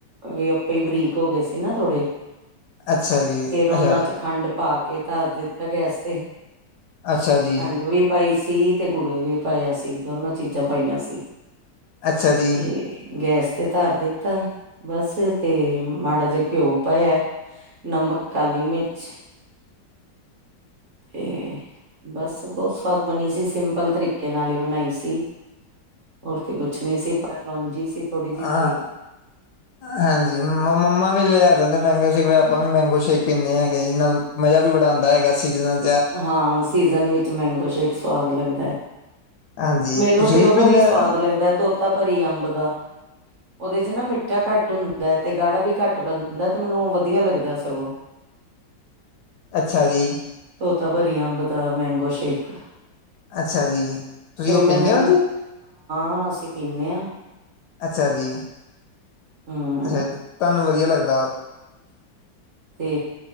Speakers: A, on the right; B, on the left.
A: ਵੀ ਆਪੇ ਹੀ ਬਰੀਕ ਹੋ ਗਏ ਸੀ ਨਾ ਥੋੜੇ
B: ਅੱਛਾ ਜੀ
A: ਫੇਰ ਉਹਨਾਂ
B: ਅੱਛਾ
A: ਚ ਖੰਡ ਪਾ ਕੇ ਧਰਦੇ ਤਾਂ ਗੈਸ ਤੇ।
B: ਅੱਛਾ ਜੀ
A: ਖੰਡ ਵੀ ਪਾਈ ਸੀ। ਤੀਹ ਤੇ ਗੁੜ ਵੀ ਪਾਇਆ ਸੀ, ਦੋਨੋ ਚੀਜ਼ਾਂ ਪਾਈਆਂ ਸੀ।
B: ਅੱਛਾ ਜੀ
A: ਤੇ ਗੈਸ ਤੇ ਧਰ ਦਿੱਤਾ ਬਸ ਤੇ ਮਾੜਾ ਜਿਹਾ ਘਿਓ ਪਾਇਆ, ਨਮਕ ਕਾਲੀ ਮਿਰਚ ਤੇ ਬਸ ਬਹੁਤ ਸਵਾਦ ਬਣੀ ਸੀ, ਸਿੰਪਲ ਤਰੀਕੇ ਨਾਲ ਹੀ ਬਣਾਈ ਸੀ ਹੋਰ ਤੇ ਕੁਛ ਨੀ ਸੀ ਪਰ ਲੋਂਜੀ ਸੀ ਥੋੜੀ ਜਿਹੀ
B: ਆ
A: ਪਾਈ
B: ਹਾਂਜੀ ਮੰਮਾ ਮੰਮਾ ਵੀ ਲਿਆ ਦਿੰਦੇ। ਮੈਂਗੋ ਸ਼ੇਕ ਆਪਾਂ ਵੀ ਮੈਂਗੋ ਸ਼ੇਕ ਪੀਂਦੇ ਹੈਗੇ ਜਿਹਦੇ ਨਾਲ ਮਜ਼ਾ ਵੀ ਬੜਾ ਆਂਦਾ ਹੈਗਾ ਸੀਜ਼ਨ
A: ਹਾਂ ਸੀਜਨ ਵਿੱਚ ਮੈਂਗੋ ਸ਼ੇਕ ਇੱਕ ਸਵਾਦ ਲੱਗਦਾ ਹੈ
B: ਹਾਂਜੀ
A: ਮੈਨੂੰ
B: ਤੁਸੀਂ
A: ਤੇ ਉਹਦਾ
B: ਪੀਂਦੇ
A: ਵੀ ਸਵਾਦ
B: ਆ
A: ਲੱਗਦਾ ਤੋਤਾ ਭਰੀ ਅੰਬ ਦਾ ਉਹਦੇ ਚ ਨਾ ਮਿੱਠਾ ਘੱਟ ਹੁੰਦਾ ਤੇ ਗਾੜਾ ਵੀ ਘੱਟ ਬਣਦਾ ਤੇ ਮੈਨੂੰ ਉਹ ਵਧੀਆ ਲੱਗਦਾ ਸਗੋਂ
B: ਅੱਛਾ ਜੀ
A: ਤੋਤਾ ਭਰੀ ਅੰਬ ਦਾ ਮੈਂਗੋ ਸ਼ੇਕ।
B: ਅੱਛਾ ਜੀ, ਤੁਸੀਂ
A: ਤੇ
B: ਉਹ
A: ਮੈਨੂੰ
B: ਪੀਂਦੇ ਹੋ ਜੀ।
A: ਹਾਂ ਅਸੀਂ ਪੀਂਨੇ ਹਾਂ।
B: ਅੱਛਾ ਜੀ
A: ਹਮ
B: ਅੱਛਾ ਤਾਂ ਮੈਨੂੰ ਵਧੀਆ ਲੱਗਦਾ ਵਾ
A: ਤੇ